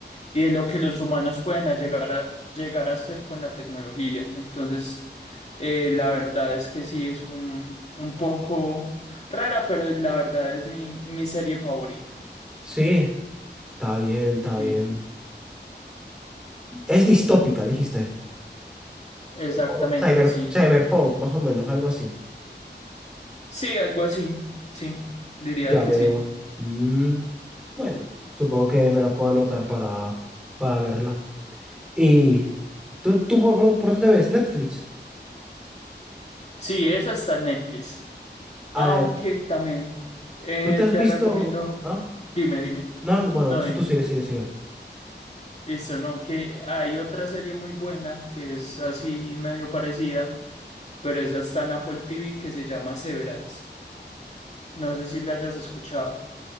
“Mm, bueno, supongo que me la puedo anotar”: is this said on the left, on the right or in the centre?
Centre